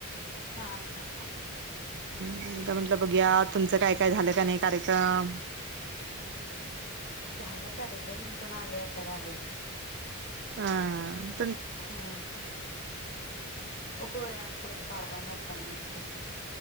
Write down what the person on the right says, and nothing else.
एकदा म्हंटलं बघूया तुमचं काय काय झालं का नाही कार्यक्रम.
ह